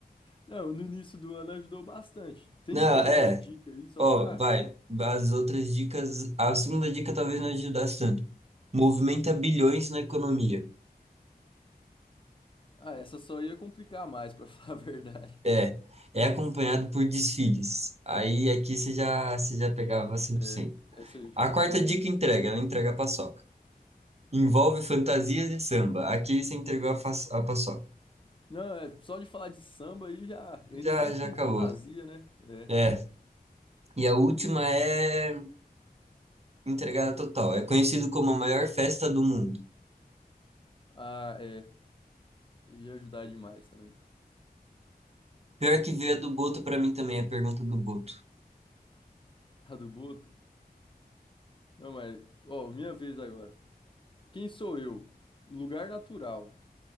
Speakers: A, on the left; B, on the right.
A: Não, no início do ano ajudou bastante. Tem
B: Não,
A: mais
B: é,
A: alguma dica aí só
B: ó,
A: pra.
B: vai. As outras dicas, a segunda dica talvez não ajudasse tanto. Movimenta bilhões na economia.
A: Ah, essa só ia complicar mais, pra <laughs> falar a verdade.
B: É, é acompanhado por desfiles. Aí aqui você já, você já pegava 100%.
A: É, essa, aí-
B: A
A: essa
B: quarta
A: ia
B: dica
A: ajudar.
B: entrega, ela entrega a paçoca. Envolve fantasias e samba. Aqui você entregou a, fa- a paçoca.
A: Não, é só de falar de samba aí já. Ainda
B: Já,
A: mais
B: já
A: com
B: acabou.
A: fantasia, né? É.
B: É. E a última é entregada total. É conhecido como a maior festa do mundo.
A: Ah, é. Ia ajudar demais também.
B: Pior que veio a do Boto pra mim também, a pergunta do Boto.
A: A do Boto? Não, mas. Ó, minha vez agora. Quem sou eu? Lugar natural.